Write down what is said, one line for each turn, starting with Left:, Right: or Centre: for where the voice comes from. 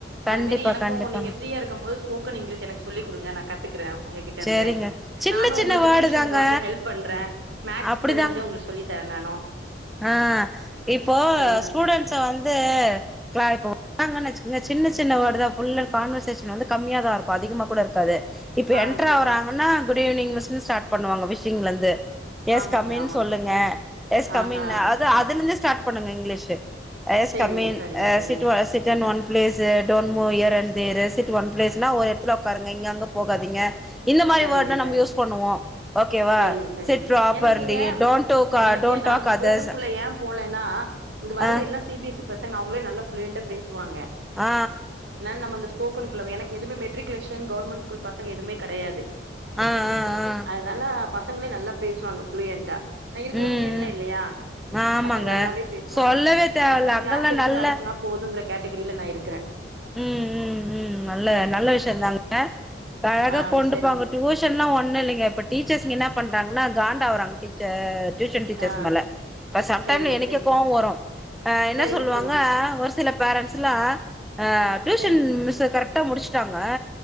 Centre: கண்டிப்பா
Right: அதுமாரி எனக்கும்
Centre: கண்டிப்பாங்க
Right: நீங்க ஃப்ரீயா இருக்கம் போது ஸ்போக்கன் இங்கிலிஷ் எனக்கு சொல்லி குடுங்கா ந கத் க்கற உங்ககிட்ட
Centre: சேரிங்க
Right: இருந்து
Centre: சின்ன
Right: நானு
Centre: சின்ன
Right: உங்களுக்கு
Centre: வேர்டு
Right: டியூஷனுக்கு
Centre: தாங்க
Right: வந்து ஹெல்ப் பண்ற மேக்ஸ்
Centre: அப்டிதாங்க
Right: கொஞ்ச கொஞ்ச உங்களுக்கு சொல்லி தர நானு
Centre: ஆ இப்போ
Right: சரிங்களா
Centre: ஸ்டூடென்ஸ வந்து கா இப்போ <inaudible> ங்கன்னு வச்சுக்கோங்க சின்ன சின்ன வேர்டு தா ஃபுல் அண்ட் கான்வர்சேஷன் வந்து கம்மியாதா இருக்கு அதிகமா கூட இருக்காது இப்போ
Right: ஆ
Centre: என்டர்
Right: சரி
Centre: ஆறாவங்கன்னா குட்ஈவினிங் மிஸ்னு ஸ்டார் பன்னுவங்க விஷ்ஷிங்ல இருந்து எஸ்
Right: ஆமாங்க
Centre: கமின்
Right: ஆமாங்க
Centre: சொல்லுங்க
Right: ஆ
Centre: கமீன்
Right: ஆ
Centre: அது அதுல இருந்தே ஸ்டார்ட் பண்ணுங்க இங்கிலீஷு எஸ்
Right: சரிங்க
Centre: கமீன்
Right: சரிங்க
Centre: ஆ
Right: சரிங்க
Centre: sit on one place don't move here and தேரு சிட் ஒன் பிளேஸ்ன்னா ஒரு எடத்துல உக்காருங்க இங்க அங்க போகாதீங்க இந்த மாதிரி
Right: சரிங்க
Centre: வோர்ட்தா நம்ம
Right: சரிங்க
Centre: யூஸ் பண்ணுவோ ஓகே வா
Right: சரிங்க சரிங்க
Centre: சிட் ப்ராப்பர்லி
Right: எனக்கு இங்க
Centre: டோன்ட் டூ கார்ட்
Right: எனக்கு
Centre: டோன்
Right: நா
Centre: டாக்
Right: அந்த
Centre: அதர்ஸ்
Right: ஸ்போக்கனுக்குள்ள ஏ போலன்னா இங்க வரது
Centre: அ
Right: எல்லா சி பி எஸ் சி பசங்க அவங்களே நல்லா ஃபுளூயன்டா பேசுவாங்க
Centre: ஆ ஆ
Right: அதனால நம்ம அந்த ஸ்போக்கன் குள்ள எனக்கு எதுமே மெட்ரிகுலேஷன் கவர்மெண்ட் ஸ்கூல் பசங்க எதுமே கெடையாது பிளாக்
Centre: ஆ ஆ ஆ ஆ
Right: அதனால பசங்களே நல்லா பேசுவாங்க ஃபுளூயண்டா ந இருக்கறவங்க
Centre: ம்
Right: சென்னை இல்லையா
Centre: ம் ஆமாங்க
Right: பசங்க நல்லாவே பேசுவாங்க
Centre: சொல்லவே
Right: அதனால
Centre: தேவல்ல
Right: நம்ம
Centre: அங்கெல்லா
Right: கிளாஸ் எடுத்துட்டு
Centre: நல்ல
Right: அனுப்புனா போதுங்கற கேட்டகிரில நா இருக்கற
Centre: ம் ம் ம் நல்ல நல்ல விஷயம் தாங்க இப்ப அழக
Right: ஆ
Centre: கொண்டுப்பாங்க
Right: சரி
Centre: டியூஷன்லா ஒன்னு இல்லைங்க இப்ப டீச்சர்ஸ்ங்க என்ன பண்றாங்கன்னா காண்ட ஆவ்றாங்க ச டியூஷன் டீச்சர்ஸ்
Right: ஆ
Centre: மேல இப்ப சம்டைம்
Right: சரிங்க
Centre: எனக்கே
Right: சரிங்க
Centre: கோவ வரு அ என்ன
Right: சரிங்க
Centre: சொல்லுவாங்க
Right: சரிங்க
Centre: ஒரு சில பேரண்ட்ஸ்லா அ டியூஷன்
Right: சரிங்க
Centre: மிஸ் கரெக்டா முடிச்சட்டாங்க